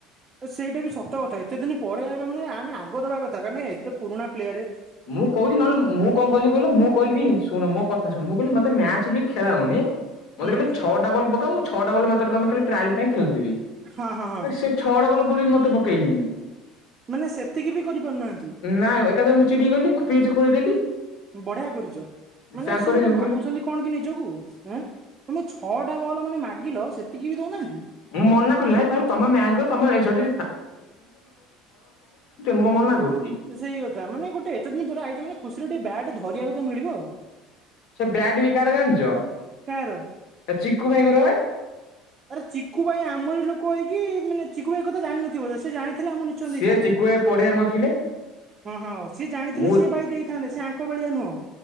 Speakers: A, on the right; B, on the left.
A: ସେଇଟା ବି ସତ କଥା ଏତେ ଦିନି ପରେ ଆଇଲ ମାନେ ଆଗଦବା କଥା <unintelligible> ଏତେ ପୁରୁଣା ପ୍ଲେୟାରେ।
B: ମୁଁ କହୁଛିି ନହେଲେ ମୁଁ କଣ କହିଲି କହିଲ ମୁଁ କହିଲି ଶୁଣ ମୋ କଥା ଶୁଣ ମୁଁ କହିଲି ମତେ ମ୍ୟାଚ୍
A: ହୁଁ
B: ବି ଖେଳାଅନି। ମତେ
A: ହୁଁ
B: କହିଲେ ଛଅଟା ବଲ୍ ପକାଅ ମୁଁ ଛଅଟା ବଲ୍ ମାତ୍ର <unintelligible> ଟ୍ରାଏଲ୍ ପାଇଁ ଖେଳୁଥିଲି
A: ହଁ ହଁ ହଁ
B: ସେ ଛଅଟା ବଲ୍ ବୋଲି ମତେ ପକେଇ <unintelligible>
A: ମାନେ ସେତିକି ବି କରିପାରୁନାହାନ୍ତି
B: ନାଁ ଏକାଥରେ ମୁଁ ଚିଡ଼ି ଗଲି ପିଚ୍ ଖୋଳିଦେଲି।
A: ବଢ଼ିଆ କରିଛ। ମାନେ
B: ତାଙ୍କରି
A: ସିଏ ଗୋଟେ
B: ଆଁ
A: ଭାବୁଛନ୍ତି କଣ କି ନିଜକୁ ଆଁ ମୁଁ ଛଅଟା ବଲ୍ ମାନେ ମାଗିଲ ସେତିକି ବି ଦଉନାହାନ୍ତି।
B: ମୁଁ ମନାକଲି ଭାଇ ଭାଇ ତମେ ମ୍ୟାଚ <unintelligible> ପକେଇ <unintelligible> ମନା କରିଛି।
A: ସେଇ କଥା ମାନେ ଗୋଟେ ଏତେ ଦିନ୍ ପରେ ଆଇଚ ମାନେ ଖୁସିରେ ଟିକେ ବ୍ୟାଟ ଧରିବାକୁ ତ ମିଳିବ।
B: ସେ ବ୍ୟାଟ୍ ବି କାହାର ଜାଣିଚ
A: କାହାର
B: ଚିକୁ ଭାଇଙ୍କର ବା।
A: ଆରେ ଚିକୁୁ ଭାଇ ଆମରି ଲୋକ ହେଇକି ମାନେ ଚିକୁୁ ଭାଇ କଥା ଜାଣିିନଥିବ ସେ ଜାଣି ଥିଲେ ନିଶ୍ଚୟ
B: ସିଏ
A: ଦେଇଥାନ୍ତେ
B: ଚିକୁ ଭାଇ ପଡିଆରେ ନଥିଲେ
A: ହଁ ହଁ ସେ ଜାଣିଥିଲେ
B: ମୁଁ
A: ସେ ଭାଇ ଦେଇଥାନ୍ତେ। ତାଙ୍କ ଭଳିଆ ନୁହଁ।